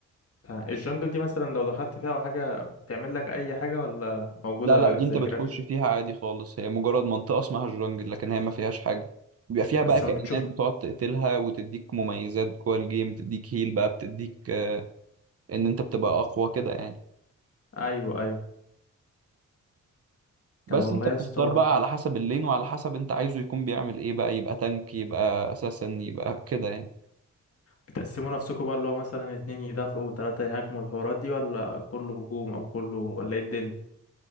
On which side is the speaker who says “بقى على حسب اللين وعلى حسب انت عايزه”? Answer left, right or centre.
Right